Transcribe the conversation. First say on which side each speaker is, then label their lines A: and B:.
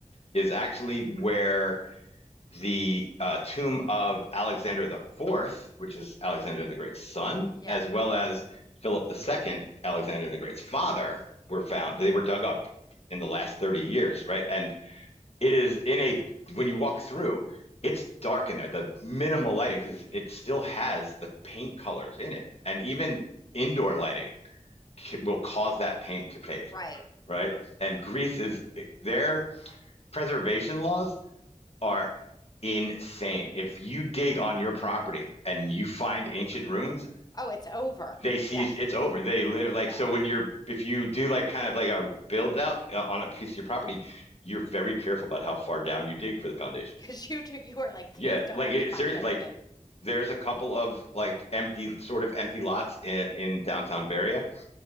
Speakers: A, on the left; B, on the left.
A: is actually where the uh, tomb of Alexander the Fourth, which is Alexander the Great's son,
B: Yeah,
A: as well as Philip the Second, Alexander the Great's father, were found. They were dug up in the last 30 years, right? And it is in a, when you walk through, it's dark in there, the minimal lighting, because it still has the paint colors in it. And even indoor lighting will cause that paint to fade,
B: right.
A: right? And Greece is, their preservation laws are insane. If you dig on your property and you find ancient ruins,
B: Oh, it's over.
A: they see
B: Yeah,
A: it's over. They literally like
B: yeah.
A: so when
B: <laughs>
A: you're if you do like kind of like a build up uh, on a piece of your property, you're very careful about how far down you dig for the foundations.
B: Because you do, you are like, please
A: Yeah,
B: don't
A: like
B: let
A: it's
B: me find
A: there
B: anything.
A: like there's a couple of like empty sort of empty lots in, in downtown Varia